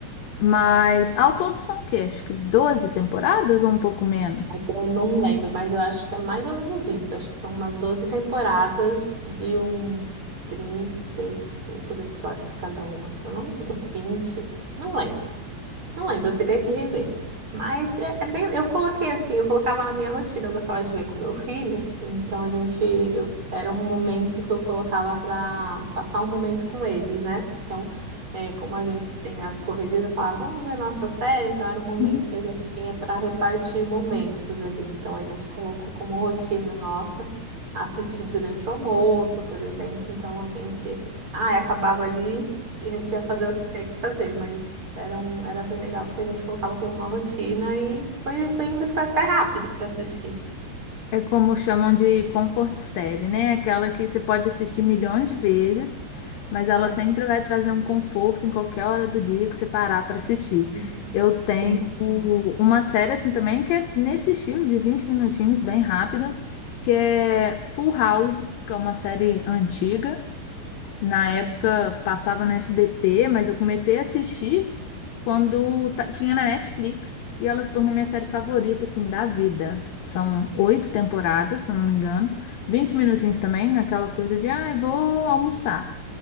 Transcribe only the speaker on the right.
Eu não lembro, mas eu acho que é mais ou menos isso. Eu acho que são umas 12 temporadas de uns 30 e poucos episódios cada uma. Se eu não me engano, 20, não lembro. Não lembro, eu teria que rever. Mas é, é bem, eu coloquei assim, eu colocava na minha rotina, eu gostava de ver com meu filho, então a gente, eu, era um momento que eu colocava para passar um momento com ele, né? Então, é, como a gente tem as correrias, eu falava, vamos ver nossa série, então era um momento
que a gente tinha para repartir momentos ali. Então a gente colocou como rotina nossa assistir durante o almoço, por exemplo. Então a gente, ah, acabava ali. E a gente ia fazer o que tinha que fazer, mas era, um, era bem legal, porque a gente colocava como uma rotina e foi, foi indo, foi até rápido para assistir.
É.
Uhum.
Sim, sim.
Uhum.